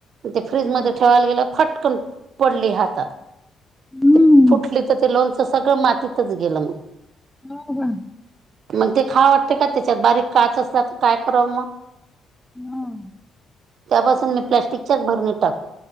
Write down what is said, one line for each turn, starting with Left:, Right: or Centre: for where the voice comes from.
Right: ते फ्रीजमध्ये
Centre: हा.
Right: ठेवायला गेलं फटकन पडली हातात
Centre: हम्म
Right: ती फुटली तर ते लोणच सगळं मातीतच गेलं मग
Centre: हो काय
Right: मग ते खाव वाटतं का? त्याच्यात बारीक काच असला तर काय कराव म?
Centre: हा
Right: तेव्हापासून मी प्लॅस्टिकच्याच भरणीत टाकतं